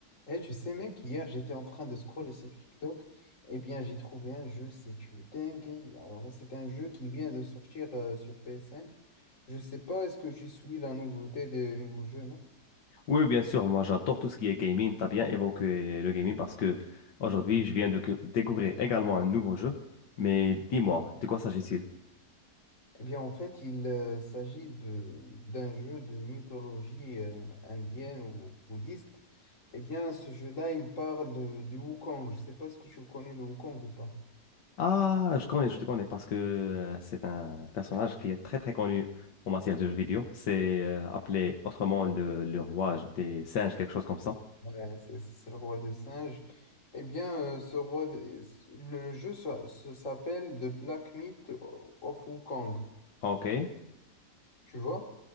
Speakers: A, on the left (about 45°); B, on the left (about 75°).
A: Eh, tu sais, mec, hier, j'étais en train de scroller sur TikTok. Eh bien, j'ai trouvé un jeu, c'est une dinguerie. Alors, c'est un jeu qui vient de sortir euh, sur PS5. Je sais pas, est-ce que je suis la nouveauté des nouveaux jeux, non?
B: Oui, oui, bien sûr, moi j'adore tout ce qui est gaming. T'as bien évoqué le gaming parce que aujourd'hui je viens de que- découvrir également un nouveau jeu. Mais dis-moi, de quoi s'agit-il?
A: Eh bien, en fait, il euh, s'agit de d'un jeu de mythologie euh, indienne ou bouddhiste. Eh bien, ce jeu-là, il parle de, du Wukong. Je sais pas ce que tu connais le Wukong ou pas.
B: Ah, je connais, je le connais parce que euh, c'est un personnage qui est très très connu en matière de jeux vidéo. C'est euh, appelé autrement le, le roi des singes, quelque chose comme ça.
A: Ouais, c'est c'est le roi des singes. Eh bien, euh, ce roi des- le jeu s'a- se- s'appelle The Black Myth of Wukong,
B: Ok,
A: tu vois?